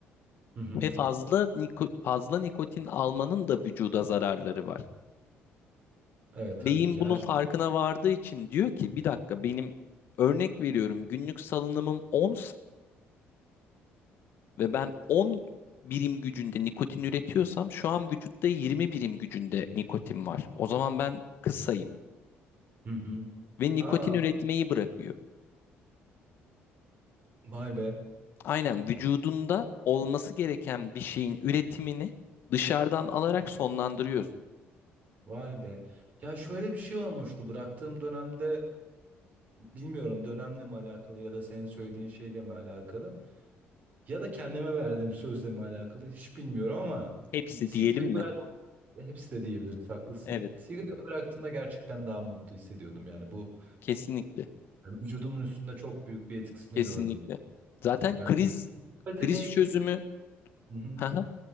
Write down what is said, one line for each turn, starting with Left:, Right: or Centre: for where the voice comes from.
Right: Hı hı.
Left: Ve fazla niko- fazla nikotin almanın da vücuda zararları var.
Right: Evet tabii
Left: Beyin
Right: ki
Left: bunun
Right: her.
Left: farkına vardığı için diyor ki bir dakika benim örnek veriyorum günlük salınımım 10 ve ben 10 birim gücünde nikotin üretiyorsam şu an vücutta 20 birim gücünde nikotin var. O zaman ben kısayım
Right: Hı hı.
Left: ve nikotin
Right: Ha,
Left: üretmeyi bırakıyor.
Right: vay be.
Left: Aynen vücudunda olması gereken bir şeyin üretimini dışarıdan alarak sonlandırıyorsun.
Right: Vay be. Ya şöyle bir şey olmuştu bıraktığım dönemde Bilmiyorum dönemle mi alakalı ya da senin söylediğin şeyle mi alakalı ya da kendime verdiğim sözle mi alakalı hiç bilmiyorum ama
Left: Hepsi
Right: sigarayı
Left: diyelim
Right: bırak
Left: mi?
Right: hepsi de diyebiliriz haklısın.
Left: Evet,
Right: Sigarayı bıraktığımda gerçekten daha mutlu hissediyordum yani bu
Left: kesinlikle.
Right: yani vücudumun üstünde çok büyük bir etkisini
Left: Kesinlikle.
Right: gördüm.
Left: Zaten
Right: Yani
Left: kriz
Right: uyku kalitene
Left: kriz
Right: ektiriyor.
Left: çözümü
Right: Hı hı.
Left: <laughs> Haha,